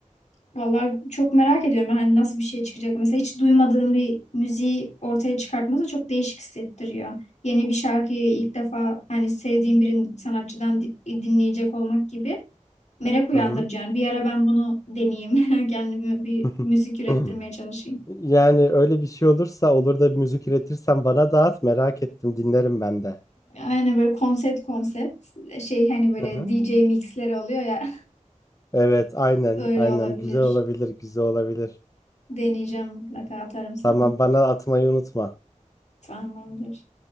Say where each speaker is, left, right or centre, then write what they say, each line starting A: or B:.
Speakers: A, on the left; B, on the left.
A: Vallahi çok merak ediyorum hani nasıl bir şey çıkacak. Mesela hiç duymadığın bir müziği ortaya çıkartması çok değişik hissettiriyor. Yeni bir şarkıyı ilk defa hani sevdiğin bir sanatçıdan di- dinleyecek olmak gibi merak uyandırıcı.
B: Hı hı.
A: Yani bir ara ben bunu deneyeyim. <laughs> Kendime bir
B: Hı hı.
A: müzik ürettirmeye
B: <clears throat>
A: çalışayım.
B: Yani öyle bir şey olursa olur da bir müzik üretirsen bana dağıt merak ettim dinlerim ben de.
A: Aynen böyle konsept konsept şey hani böyle
B: Hı hı.
A: DJ mixleri oluyor ya <laughs>
B: Evet aynen
A: öyle
B: aynen
A: olabilir.
B: güzel olabilir güzel olabilir.
A: Deneyeceğim mutlaka atarım sana.
B: Tamam bana atmayı unutma.
A: Tamamdır.